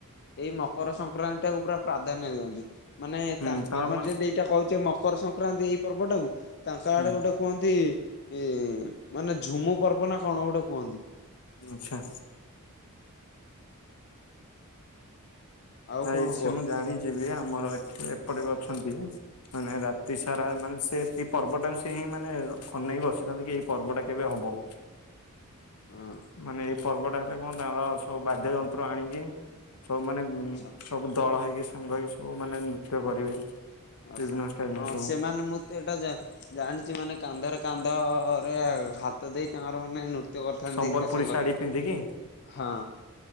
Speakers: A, on the left; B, on the left.
A: ଏଇ ମକର ସଂକ୍ରାନ୍ତି ଟାକୁ ପୁରା ପ୍ରାଧାନ୍ୟ ଦିଅନ୍ତି। ମାନେ
B: ହୁଁ
A: ତାଙ୍କ
B: ତ
A: ଆମର
B: ମା
A: ଯେମିତି ଏଇଟା କହୁଛେ ମକର ସଂକ୍ରାନ୍ତି, ଏଇ ପର୍ବଟାକୁ। ତାଙ୍କ
B: ହୁଁ
A: ଆଡ଼େ ଗୋଟେ କୁହନ୍ତି କୁହନ୍ତି ଇଁ-ଇ ମାନେ ଝୁମୁ ପର୍ବ ନା କଣ ଗୋଟେ କୁହନ୍ତି।
B: ଆଚ୍ଛା।
A: ଆଉ
B: <unintelligible>
A: କଣ କୁହ?
B: ମୁଁ ଜାଣିଛିି ବି ଆମର ଏଠି, ଏପଟେ ବି ଅଛନ୍ତି। ମାନେ, ରାତି ସାରା ମାନେ ସେ ଏଇ ପର୍ବଟା ସେ ହିଁ ମାନେ ଅନେଇକି ବସିଥାନ୍ତି କି, ଏଇ ପର୍ବଟା କେବେ ହବ।
A: <inaudible> ହଁ
B: ମାନେ, ଏଇ ପର୍ବଟା ହେଲେ କଣ, ତାଙ୍କର ସବୁ ବାଦ୍ୟ ଯନ୍ତ୍ର ଆଣିକି ସବୁ ମାନେ,
A: ଆଚ୍ଛା
B: ସବୁ ଦଳ ହେଇକି, ସାଙ୍ଗ ହେଇକି, ସବୁ ମାନେ ନୃତ୍ୟ କରିବେ
A: ହଁ,
B: ବିଭିନ୍ନ ଷ୍ଟାଇଲରେ ସବୁ।
A: ସେମାନେ ମୁଁ ତ ଏଇଟା ଜା-ଜାଣିଛି, ମାନେ କାନ୍ଧରେ କାନ୍ଧ-ଅ-ଅ -ଅ ରେ ହାତ ଦେଇ ତାଙ୍କର ମାନେ ନୃତ୍ୟ କରିଥାନ୍ତି,
B: ସମ୍ବଲପୁରୀ
A: ଏକା ସାଙ୍ଗରେ।
B: ଶାଢୀ ପିନ୍ଧିକି
A: ହଁ।